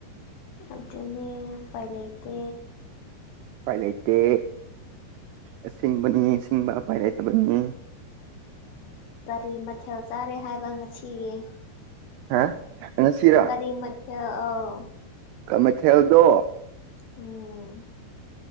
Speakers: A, on the left; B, on the right.
A: ꯑꯗꯨꯅꯦ ꯎꯄꯥꯏ ꯂꯩꯇꯦ꯫
B: ꯎꯄꯥꯏ ꯂꯩꯇꯦ ꯑꯁꯤꯡꯕꯅꯤ ꯁꯤꯡꯕ ꯎꯄꯥꯏ ꯂꯩꯇꯕꯅꯤ
A: ꯀꯔꯤ ꯃꯊꯦꯜ ꯆꯥꯔꯦ ꯍꯥꯏꯕ ꯉꯁꯤꯒꯤ꯫
B: ꯍꯥ ꯉꯁꯤꯔꯥ꯫
A: ꯀꯔꯤ ꯃꯊꯦꯜ ꯑꯎ
B: ꯃꯩꯊꯦꯜꯗꯣ
A: ꯎꯝ